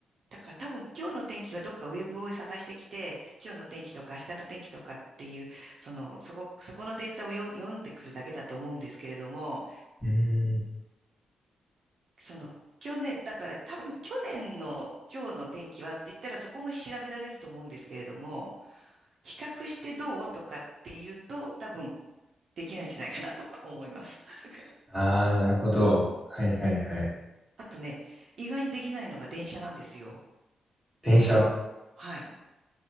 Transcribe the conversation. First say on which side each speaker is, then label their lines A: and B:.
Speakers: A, on the right; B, in the centre.
A: だから多分今日の天気はどっかウェブを探してきて、今日の天気とか明日の天気とかっていう、その、そこ、そこのデータを読読んでくるだけだと思うんですけれども、
B: うーん。
A: その、去年、だから多分去年の今日の天気はって言ったらそこも調べられると思うんですけれども、比較してどうとかって言うと多分できないんじゃないかなとか思います。<laughs>
B: ああ、なるほど。はいはいはい。
A: あとね、意外にできないのが電車なんですよ。
B: 電車。
A: はい。